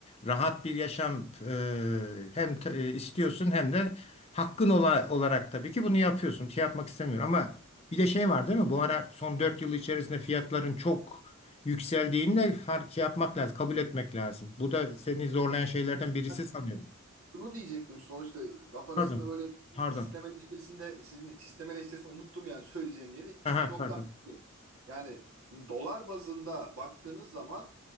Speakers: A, on the left (about 30°); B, on the right (about 80°).
A: rahat bir yaşam e, hem t- e, istiyorsun hem de hakkın ola- olarak tabii ki bunu yapıyorsun. Şey yapmak istemiyorum ama bir de şey
B: Hı
A: var değil mi? Bu ara son 4 yıl içerisinde fiyatların çok Yükseldiğinde fark şey yapmak lazım, kabul etmek lazım. Bu da seni zorlayan şeylerden birisi
B: hı.
A: sanıyorum.
B: Şunu diyecektim sonuçta laf arasında
A: Pardon.
B: böyle
A: Pardon.
B: sistem eleştirisinde sizin sistem eleştirisini unuttum yani söyleyeceğim yeri çıkış
A: Aha,
B: noktam
A: pardon.
B: şuydu. Yani dolar bazında baktığınız zaman